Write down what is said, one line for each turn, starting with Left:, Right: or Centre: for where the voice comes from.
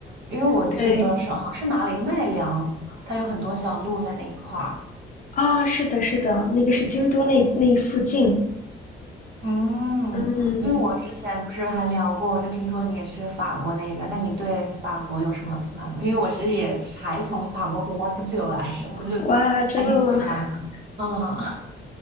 Right: 因为我记得是好像是哪里奈良，
Left: 对，
Right: 它有很多小鹿在那一块儿。
Left: 啊，是的，是的，那个是京都那那附近。
Right: 嗯，
Left: 嗯，
Right: 因为我之前不是还聊过，我就听说你也去法国那边，那你对法国有什么喜欢的吗？因为我其实也才从法国回来不久来着，我就
Left: 哇，真的吗？
Right: 还挺喜欢的。
Left: <laughs>
Right: 嗯，<laughs>